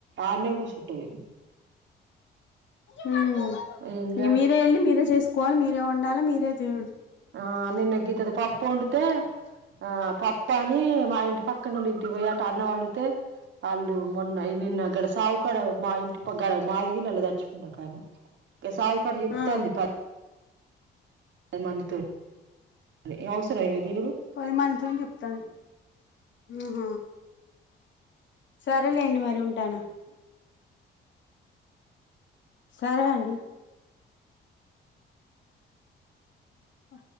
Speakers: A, on the right (about 70°); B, on the left (about 65°).
A: ఆడనే కుసుంటధి
B: ఉం ఇంగ
A: ఏం చేయ
B: మీరు మీరే వెళ్ళి మీరే చేసుకోవాలి మీరే ఉండాలి మీరే చేయ
A: ఆ నిన్న గీతది పప్పు వండితే ఆ పప్ప అని మా ఇంటి పక్కన వోళ్ళ ఇంటి పోయ అట అన్నం అడిగీతే అల్లు మొన్న నిన్నగడ సావు కాడ మా ఇంటి ప గడ మాదిగా <unintelligible> నళదచ్చుకుంటారు కానీ సావు కడ చెప్తాంది
B: ఆ
A: పది మందితో ఏమ అవసరం ఏమ దీనుడు
B: పది మందితో చెప్తాను ఆహ సరేలేండి మరి ఉంటానా సరే అండి ఆ